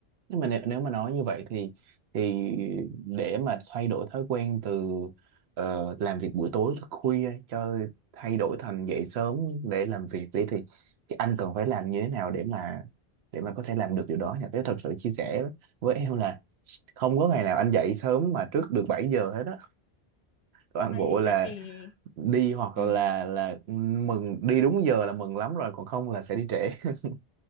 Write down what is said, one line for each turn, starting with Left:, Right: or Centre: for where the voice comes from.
Right: Nhưng mà nếu, nếu mà nói như vậy thì thì để mà thay đổi thói quen từ ờ, làm việc buổi tối thức khuya cho thay đổi thành dậy sớm để làm việc đi thì thì anh cần phải làm như thế nào để mà để mà có thể làm được điều đó nhỉ? Thế thật sự chia sẻ với em là không có ngày nào anh dậy sớm mà trước được 7 giờ hết á. Toàn
Left: Vậy
Right: bộ là
Left: vậy thì
Right: đi hoặc
Left: ừ.
Right: là là ừ, mừng đi đúng giờ là mừng lắm rồi còn không là sẽ đi trễ. <laughs>